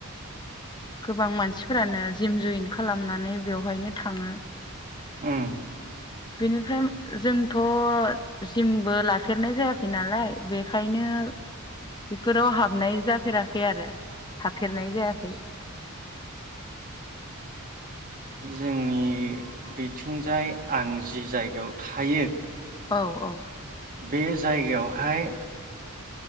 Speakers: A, on the left (about 20°); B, on the right (about 40°).
A: गोबां मानसि फोरानो जिम जइन खालामनानै बेवहायनो थाङो।
B: उम
A: बेनिफ्राय जोंथ' जिमबो लाफेरनाय जायाखै नालाय बेखायनो बिफोराव हाबनाय जाफेराखै आरो हाफेरनाय जायाखै।
B: जोंनि बिथिंजाय आं जि जायगायाव थायो
A: औ औ
B: बे जायगायावहाय